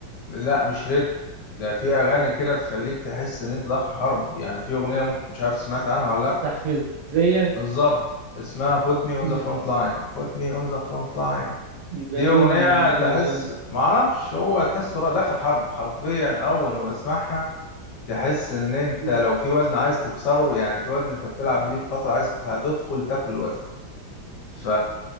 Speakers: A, on the left; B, on the right.
A: لا مش ريتم ده في اغاني كده تخليك تحس ان انت داخل حرب يعني في اغنيه ممكن مش عارف سمعت عنها ولا لا
B: تحفيزية
A: بالظبط اسمها put me on
B: مم.
A: the front line put me on the front line دي
B: ده مين
A: اغنيه
B: مين
A: تحس
B: اللي بيغني
A: معرفش هو تحس ورا- داخل حرب حرفيا اول ما بسمعها تحس ان انت
B: مم.
A: لو في وزن عايز تكسره يعني في وزن انت بتلعب بيه ليك فتره عايز هتدخل تاكل الوزن ف